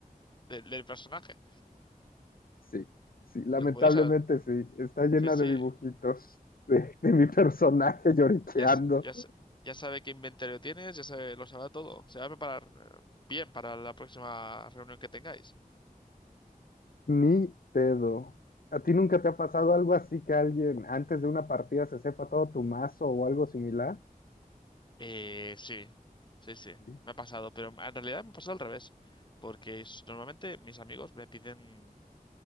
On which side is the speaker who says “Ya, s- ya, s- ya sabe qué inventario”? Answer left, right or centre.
Left